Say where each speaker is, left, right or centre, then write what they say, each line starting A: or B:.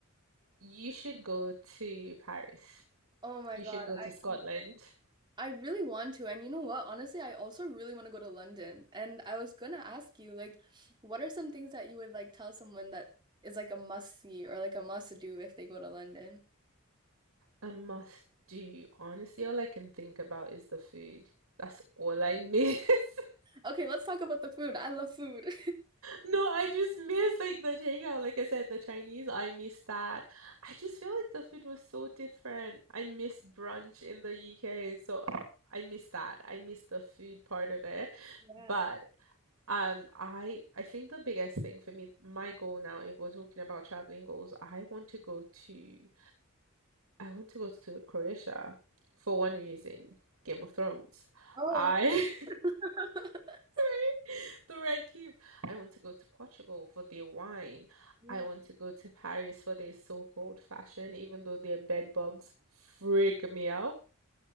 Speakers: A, on the right; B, on the right.
A: you should go to Paris.
B: Oh my
A: You
B: God,
A: should go
B: I
A: to Scotland.
B: come I really want to. And you know what? Honestly, I also really want to go to London. And I was gonna ask you, like, what are some things that you would like tell someone that is like a must see or like a must do if they go to London?
A: A must do. Honestly, all I can think about is the food. That's all I miss. <laughs>
B: Okay, let's talk about the food. I love food.
A: No, I just miss like the takeout. Like I said, the Chinese, I miss that. I just feel like the food was so different. I miss brunch in the UK, so I miss that. I miss the food part of it.
B: Yeah.
A: But um I I think the biggest thing for me, my goal now, if we're talking about traveling goals, I want to go to I want to go to Croatia for one reason, Game of Thrones.
B: Oh.
A: I
B: <laughs>
A: <laughs> <laughs> The red cube. I want to go to Portugal for their wine.
B: Mm.
A: I want to go to Paris for their so-called fashion, even though their bed bugs freak me out.